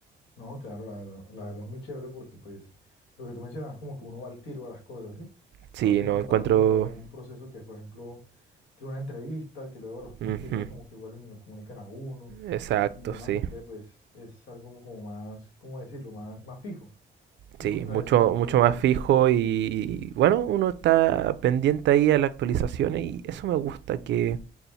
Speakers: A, on the left (about 85°); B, on the right (about 65°).
A: No, claro, la verdad, la verdad es muy chévere porque pues lo que tú mencionabas como que uno va al tiro a las cosas, ¿sí? O
B: Sí,
A: sea, no tiene
B: no
A: que
B: encuentro...
A: pasar todo por un proceso que es, por ejemplo, que una entrevista, que luego a los quince
B: Ujú,
A: días como que vuelven y lo comunican a uno
B: Exacto,
A: y demás.
B: sí.
A: Entonces, pues es algo como, como más, ¿cómo decirlo? Más, más fijo. Y
B: Sí,
A: pues tras
B: mucho,
A: eso que uno
B: mucho
A: puede,
B: más fijo y, y bueno, uno está pendiente ahí a las actualizaciones y eso me gusta que,